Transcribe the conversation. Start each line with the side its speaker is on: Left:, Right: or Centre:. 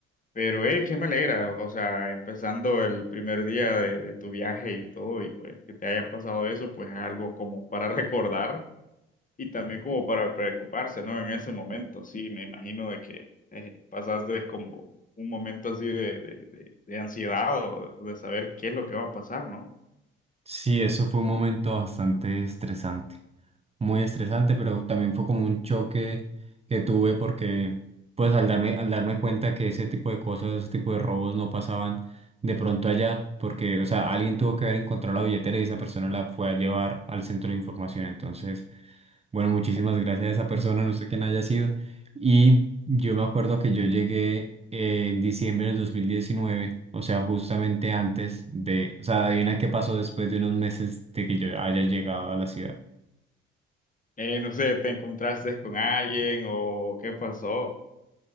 Left: Pero, eh, que me alegra, o sea, empezando el primer día de, de tu viaje y todo, y pues que te haya pasado eso, pues es algo como para <laughs> recordar y también como para preocuparse, ¿no? En ese momento, sí, me imagino de que eh, pasaste como un momento así de, de, de, de ansiedad o o de saber qué es lo que va a pasar, ¿no?
Right: Sí, eso fue un momento bastante estresante. muy estresante, pero también fue como un choque que tuve porque, pues, al darme, al darme cuenta que ese tipo de cosas, ese tipo de robos no pasaban de pronto allá, porque, o sea, alguien tuvo que haber encontrado la billetera y esa persona la fue a llevar al centro de información. Entonces, bueno, muchísimas gracias a esa persona, no sé quién haya sido. Y yo me acuerdo que yo llegué. eh, En diciembre del 2019, o sea, justamente antes de, o sea, adivina qué pasó después de unos meses de que yo haya llegado a la ciudad.
Left: Eh, no sé, ¿te encontraste con alguien o qué pasó?